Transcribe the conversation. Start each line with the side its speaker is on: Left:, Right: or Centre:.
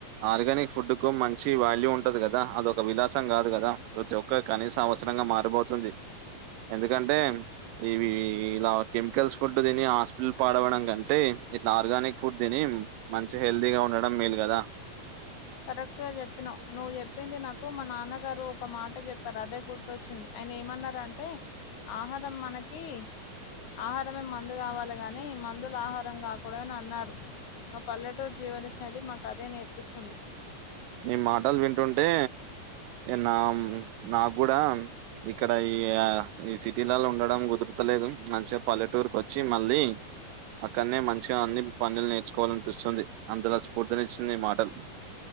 Right: ఆర్గానిక్ ఫుడ్ కు మంచి వాల్యూ ఉంటది కదా అదొక వి విలాసం కాదు గదా ప్రతి ఒక్క కనీస అవసరంగా మారిబోతుంది. ఎందుకంటే, ఇవి ఇలా కెమికల్స్ ఫుడ్ తిని హాస్పిటల్ పాడవడం కంటే ఇట్లా ఆర్గానిక్ ఫుడ్ తిని, మంచి హెల్తీగా ఉండడం మేల్ కదా.
Left: కరెక్ట్ గా చెప్పినవ్, నువ్వు చెప్పింది నాకు మా నాన్నగారు ఒక మాట చెప్ చెప్పారు అదే గుర్తొచ్చింది, ఆయన ఏమన్నంటే ఆహారం మనకి ఆహారమే మందు కావాలి గనీ, మందులు ఆహారం కాకూడదని అన్నారు. మా పల్లెటూరు జీవనశైలి మాకు అదే నేర్పిస్తుంది.
Right: నీ మాటలు వింటుంటే నామ్ నాక్కూడా ఇక్కడ ఈయా ఈ సిటీలల్లో ఉండడం కుదురు త్తలేదు మంచిగా పల్లెటూరుకి వచ్చి మళ్ళీ అక్కనే మంచిగా అన్ని పన్నలు నేర్చుకోవాలనిపిస్తుంది, అంతలా స్ఫూర్తినిచ్చింది నీ మాటలు